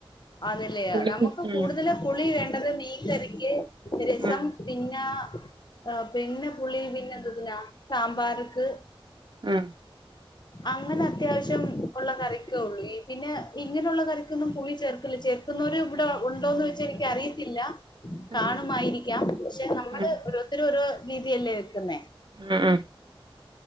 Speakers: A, on the left; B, on the right.
A: അതല്ലേ
B: പുളി
A: നമുക്ക്
B: ഉം
A: കൂടുതല് പുളി വേണ്ടത് മീൻകറിക്ക് രസം
B: ഉം
A: പിന്നെ ആ പിന്നെ പുള്ളിൽ പിന്നെ എന്തതിനാ സാമ്പാർക്ക്
B: ഉം
A: അങ്ങനെ അത്യാവശ്യം ഉള്ള കറിക്കേ ഉള്ളൂ ഈ പിന്നെ ഇങ്ങനെയുള്ള കറിക്കൊന്നും പുളി ചേർക്കില്ല ചേർക്കുന്നവര ഇവിടെ ഉണ്ടോന്ന് വെച്ചാ എനക്ക് അറിയത്തില്ല
B: ഉം
A: കാണുമായിരിക്കാം പക്ഷെ നമ്മള്
B: ഉം
A: ഓരോരുത്തര രോ രീതിയല്ലേ വെക്കുന്ന
B: ഉം